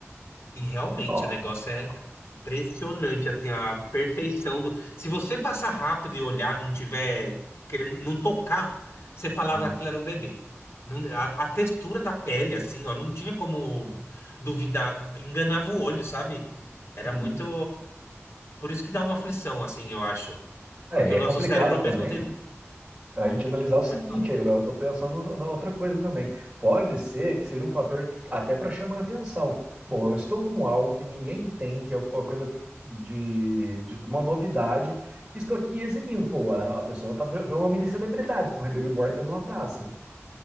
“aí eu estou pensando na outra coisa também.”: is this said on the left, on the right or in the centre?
Right